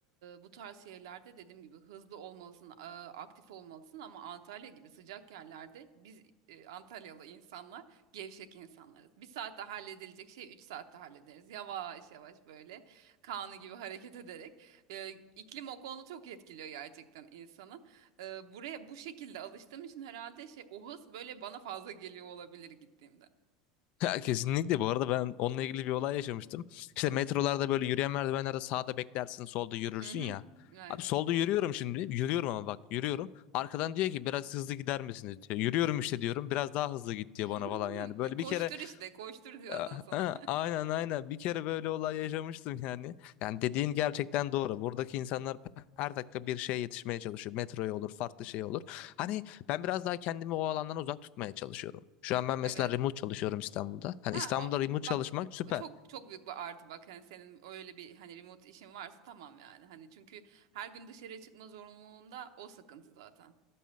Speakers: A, on the right; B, on the left.
A: bu tarz şehirlerde dediğim gibi hızlı olmalısın, e, aktif olmalısın ama Antalya gibi sıcak yerlerde biz e, Antalyalı insanlar gevşek insanlarız. Bir saatte halledilecek şey 3 saatte hallederiz. Yavaş yavaş böyle kanı gibi hareket ederek. E, iklim o konuda çok etkiliyor gerçekten insanı e, buraya bu şekilde alıştığım için herhalde şey o hız böyle bana fazla geliyor olabilir gittiğimde.
B: Ha, Kesinlikle bu arada ben onunla ilgili bir olay yaşamıştım.
A: <laughs>
B: İşte metrolarda böyle yürüyen merdivenlerde sağda beklersin solda yürürsün
A: Hı hı.
B: ya.
A: Aynen.
B: Abi solda yürüyorum şimdi. Yürüyorum ama bak yürüyorum. Arkadan diyor ki biraz hızlı gider misiniz diyor. Yürüyorum işte diyorum. Biraz daha hızlı git diyor
A: <laughs>
B: bana falan yani. Böyle
A: De, Koştur
B: bir kere
A: işte, koştur diyor
B: ya,
A: adam sana.
B: ha,
A: <laughs>
B: aynen aynen bir kere böyle olay yaşamıştım yani. Yani dediğin gerçekten doğru. Buradaki insanlar her dakika bir şeye yetişmeye çalışıyor. Metroya olur, farklı şey olur. Hani ben biraz daha kendimi o alandan uzak tutmaya çalışıyorum. Şu an ben mesela
A: Evet.
B: remote çalışıyorum İstanbul'da. Hani
A: Ha
B: İstanbul'da
A: o
B: remote çalışmak
A: bak
B: süper.
A: o çok çok büyük bir artı bak hani senin öyle bir hani remote işin varsa tamam yani. Hani çünkü her gün dışarıya çıkma zorunluluğunda o sıkıntı zaten.